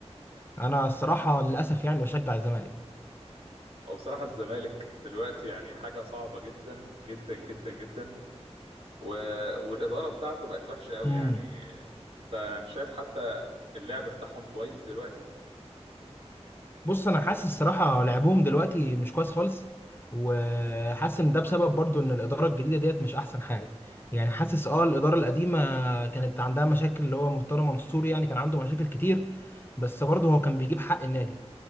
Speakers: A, on the left; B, on the right.
A: انا الصراحة للاسف يعني بشجع الزمالك
B: هو بصراحه الزمالك دلوقتي يعني حاجه صعبه جدا جدا جدا جدا و... والاداره بتاعته بقت وحشه قوي
A: امم
B: يعني انت يعني شايف حتى اللعب بتاعهم كويس دلوقتي
A: بص انا حاسس الصراحة لعبهم دلوقتي مش كويس خالص وحاسس ان ده بسبب برضو ان الإدارة الجديدة ديت مش احسن حاجة يعني حاسس اه الإدارة القديمة كانت عندها مشاكل اللي هو مستر منصور يعني كان عنده مشاكل كتير بس برضه هو كان بيجيب حق النادي